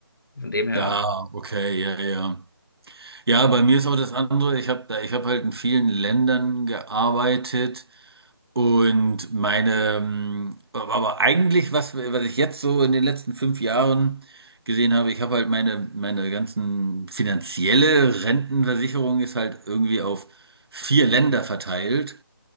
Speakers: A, on the left; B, on the right.
A: Von dem her,
B: Ja, okay, ja, ja. Ja, bei mir ist auch das andere. Ich habe da, ich habe halt in vielen Ländern gearbeitet und meine, ähm, aber aber eigentlich, was, was ich jetzt so in den letzten fünf Jahren gesehen habe, ich habe halt meine, meine ganzen finanzielle Rentenversicherung ist halt irgendwie auf vier Länder verteilt,